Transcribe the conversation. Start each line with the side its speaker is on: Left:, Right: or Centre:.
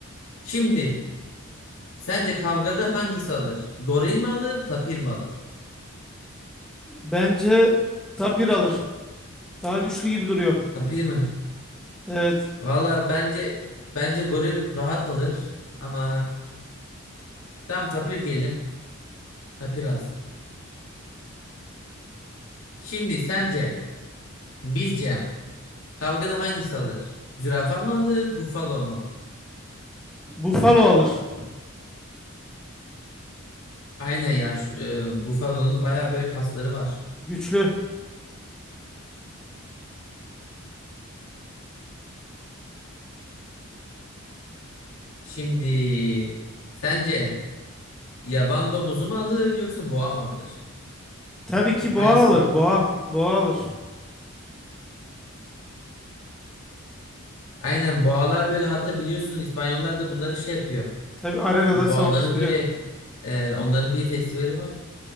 Left: Şimdi sence kavgada hangisi alır? Goril mi alır, tapir mi alır?
Centre: Bence Tapir alır. Daha güçlü gibi duruyor.
Left: Tapir mi?
Centre: Evet.
Left: Valla bence bence goril rahat alır ama e, tam tapir diyelim. Tapir alsın. Şimdi sence bizce kavgada hangisi alır? Zürafa mı alır, bufalo mu alır?
Centre: Buffalo alır.
Left: Aynen ya şu, e, bufalonun bayağı böyle kasları var.
Centre: Güçlü.
Left: Şimdi sence yaban domuzu mu alır yoksa boğa mı alır?
Centre: Tabii ki boğa
Left: Hangisi
Centre: alır.
Left: daha güçlü?
Centre: Boğa. Boğa alır.
Left: Aynen boğalar böyle hatta biliyorsun İspanyollar da bunları şey yapıyor.
Centre: Tabii arenada
Left: Boğaları
Centre: savaştırıyor.
Left: böyle e, onların bir festivali var.